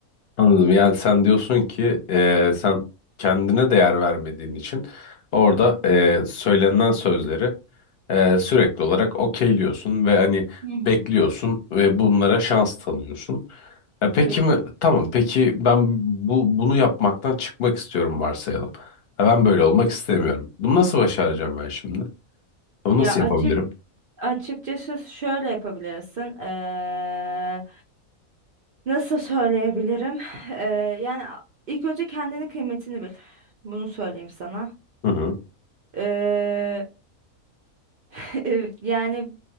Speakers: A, on the left (about 50°); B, on the right (about 60°).
A: anladım. Yani sen diyorsun ki eee, sen kendine değer vermediğin için orada eee, söylenen sözleri eee, sürekli olarak okeyliyorsun ve hani
B: Hı hı.
A: bekliyorsun ve bunlara şans tanıyorsun. E,
B: Tabii
A: peki mi?
B: ki.
A: Tamam. Peki ben bu bunu yapmaktan çıkmak istiyorum varsayalım. Ha, ben böyle olmak istemiyorum. Bunu nasıl başaracağım ben şimdi? Bunu
B: Ya
A: nasıl
B: açık
A: yapabilirim?
B: açıkçası şöyle yapabilirsin. Ee, nasıl söyleyebilirim? Ee, yani a- ilk önce kendinin kıymetini bil. Bunu söyleyeyim sana.
A: Hı hı.
B: Ee, <laughs> yani